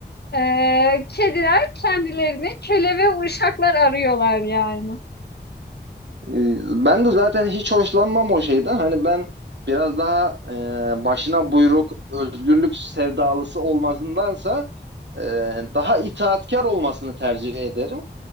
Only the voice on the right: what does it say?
E, ben de zaten hiç hoşlanmam o şeyden. Hani ben biraz daha e, başına buyruk, özgürlük sevdalısı olmasındansa e, daha itaatkar olmasını tercih ederim.